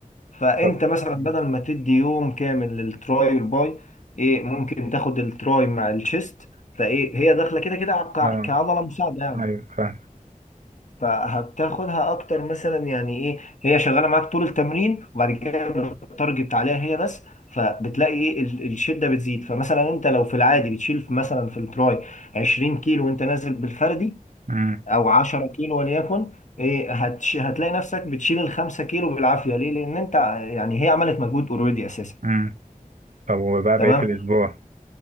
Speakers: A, on the left; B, on the right.
A: فانت
B: طب
A: مثلا
B: مم.
A: بدل ما تدي يوم كامل للتراي والباي ايه ممكن تاخد التراي مع الشيست فايه هي داخله كده كده ع-
B: اه
A: كعضله مساعده يعني
B: ايوه فاهم
A: فهتاخدها اكتر مثلا يعني ايه هي شغاله معاك طول التمرين وبعد كده بتارجت عليها هي بس فبتلاقي ايه ال- الشده بتزيد فمثلا انت لو في العادي بتشيل في- مثلا في التراي 20 كيلو وانت نازل بالفردي
B: امم
A: او 10 كيلو وليكن إيه، هتش... هتلاقي نفسك بتشيل الخمسة كيلو بالعافية ليه؟ لأن أنت يعني هي عملت مجهود أوريدي أساسا
B: امم طب وبقى
A: تمام؟
B: بقية الأسبوع